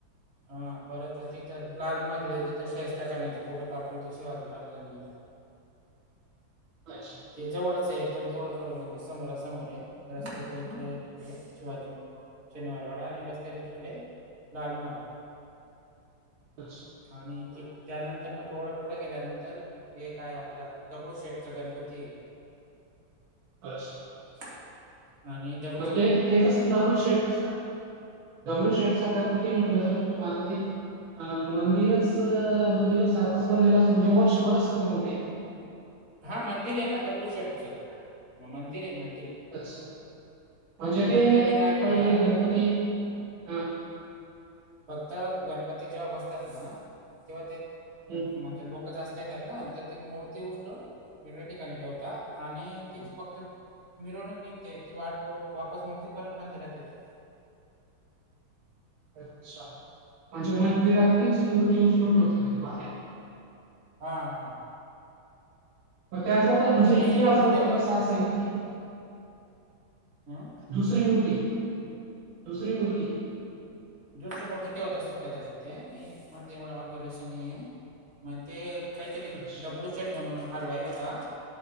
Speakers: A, on the right; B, on the right.
A: हां परत तिथं लाल महल हाय तिथं शाहिस्ताखान्याचे बोटं कापले होते शिवाजी महाराजांनी.
B: अच्छा.
A: ते जवळचये एकदम जवळ जवळ म्हणजे समोरा समोर ये रस्त्याच्या इकडे. हे शिवाजीम, शनिवारवाडा आणि रस्त्याच्या तिकडे लाल महल.
B: अच्छा.
A: आणि एक, त्यानंतर मग थोडं पुढे गेल्यानंतर, एक काय आपलं दगडू शेटच गणपती. ते
B: अस
A: <inaudible> आणि त्या
B: मग ते, ते कसं दगडू शेटच दगडू शेटचा गणपती म्हटलं तरी, माझं ते अ -मंदिराच -मंदिरासारखे <unintelligible> वर्षभर <unintelligible>
A: हा मंदिरेना दगडू शेठचं, मंदिर ये मंदिर.
B: अच्छा, म्हणजे
A: फक्त
B: ते-
A: काय करतात
B: पाहिले गणपती ह
A: फक्त, गणपती जेव्हा बसतात ना तेव्हा ते
B: हम्म.
A: म्हणजे लोक जास्त येतात ना, तर ती मूर्ती उचलून वेगळ्या ठिकाणी ठेवता आणि तेच फक्त मिरवणूक निघते ती वाढपो वापस मग ती परत मंदिरात येते.
B: अच्छा, म्हणजे मंदिरातलीच मूर्ती उचलून ठेवता ती बाहेर.
A: हा हा.
B: <unintelligible>
A: का दुसरी मूर्ती ठेवता हं
B: दुसरी मूर्ती, दुसरी मूर्ती.
A: दुसरी मूर्तीि ठेवत असेतील कदाचित ते मी माझं एवढं ऑब्झर्वेशन नईये. मग ते काहीतरी
B: अच्छा
A: दगडू शेट म्हणून हलवाई होता